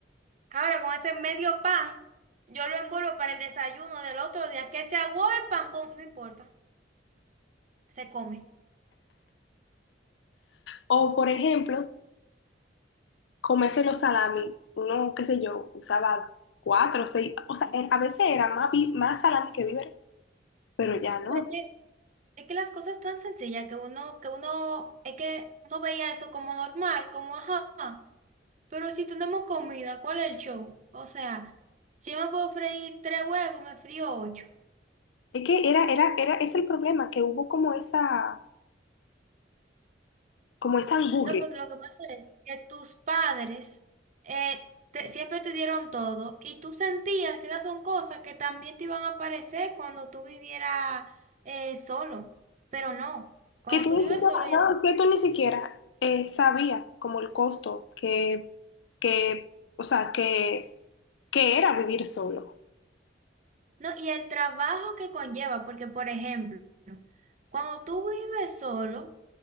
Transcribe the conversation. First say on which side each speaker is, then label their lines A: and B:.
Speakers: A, on the right; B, on the left.
A: Ahora con ese medio pan, yo lo envuelvo para el desayuno del otro día. Que se aguó el pan, con- no importa, se come.
B: O, por ejemplo, comerse los salami, uno, qué sé yo, usaba cuatro, seis, o sea, era- a veces era más, vi- más salami que víveres, pero ya
A: Sí,
B: no.
A: pero es que es que las cosas tan sencillas que uno, que uno, es que uno veía eso como normal, como ajá. Pero si tenemos comida, ¿cuál es el show? O sea, si yo me puedo freír tres huevos, me frío ocho.
B: Es que era, era, era, es el problema, que hubo como esa, como esa angurria,
A: No, porque lo que pasa es que tus padres eh, te- siempre te dieron todo y tú sentías que esas son cosas que también te iban a aparecer cuando tú vivieras eh, solo, pero no, cuando
B: que tú ni
A: tú vives
B: siquiera,
A: solo ya...
B: no, que tú ni siquiera eh, sabías como el costo que, que, o sea, que, que era vivir solo
A: No, y el trabajo que conlleva, porque por ejemplo, cuando tú vives solo,